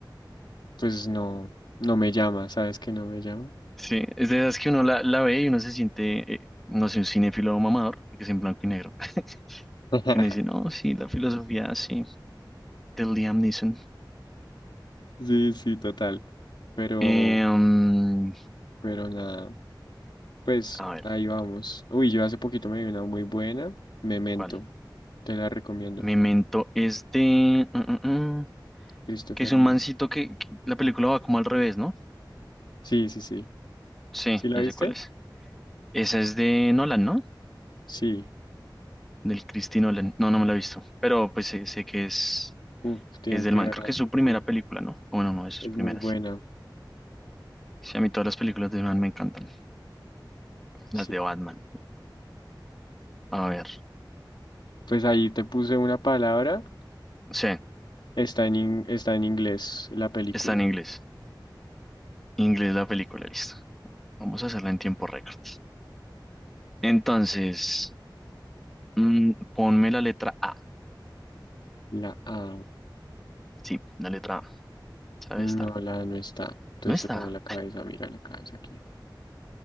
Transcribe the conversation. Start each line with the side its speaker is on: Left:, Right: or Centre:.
Left: pues no, no me llama, ¿sabes que no me llama?
Centre: Sí, es de esas que uno la, la ve y uno se siente, eh, no sé, un cinéfilo mamador, porque es en blanco y negro. <laughs>
Left: <laughs>
Centre: Que uno dice, no, sí, la filosofía, sí, de Liam Neeson.
Left: Sí, sí, total. Pero,
Centre: Eh, mm,
Left: pero nada, pues
Centre: a ver,
Left: ahí vamos. Uy, yo hace poquito me vi una muy buena, Memento,
Centre: ¿cuál?
Left: te la recomiendo,
Centre: Memento es de... mm, mm, mm,
Left: Christopher
Centre: que es
Left: Nolan.
Centre: un mancito que, que la película va como al revés, ¿no?
Left: Sí, sí, sí.
Centre: Sí,
Left: ¿Sí la
Centre: ya
Left: viste?
Centre: sé cuál es. Esa es de Nolan, ¿no?
Left: Sí.
Centre: del Cristino Len. No, no me la he visto, pero pues sé, sé que es,
Left: Uf, tienes
Centre: que es del
Left: que
Centre: man.
Left: verla
Centre: Creo que es su
Left: porque
Centre: primera película, ¿no? O Bueno, no, de sus
Left: es
Centre: primeras.
Left: muy buena.
Centre: Sí, a mí todas las películas del man me encantan.
Left: Sí.
Centre: Las de Batman. A ver,
Left: Pues ahí te puse una palabra.
Centre: sí,
Left: Está en, in- está en inglés la película.
Centre: está en inglés. Inglés la película, listo. Vamos a hacerla en tiempo récord. Entonces, mm, ponme la letra A.
Left: La A.
Centre: Sí, la letra A. ¿Sabe estar?
Left: No, la A no está. Entonces
Centre: No está.
Left: te pongo la cabeza. Mira la cabeza aquí.